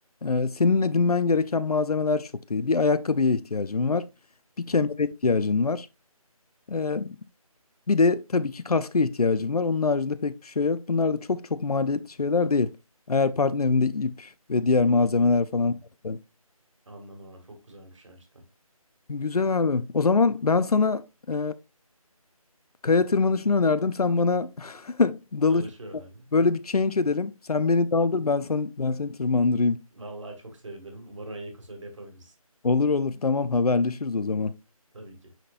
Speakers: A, on the left; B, on the right.
A: e, senin edinmen gereken malzemeler çok değil. Bir ayakkabıya ihtiyacın var, bir kemere
B: Hı hı.
A: ihtiyacın var. e, bir de tabii ki kaska ihtiyacın var. Onun haricinde pek bir şey yok. Bunlar da çok çok maliyetli şeyler değil. Eğer partnerinde ip ve diğer malzemeler falan
B: Anladım.
A: varsa.
B: Anladım abi. Çok güzelmiş ya işte.
A: Güzel abi. O zaman ben sana e, kaya tırmanışını önerdim. Sen bana <laughs> dalış
B: Dalışı önerdim.
A: böyle bir change edelim. Sen beni daldır, ben sana ben seni tırmandırayım.
B: Vallahi çok sevinirim. Umarım en yakın sürede yapabiliriz.
A: Olur olur tamam haberleşiriz o zaman.
B: Tabii ki.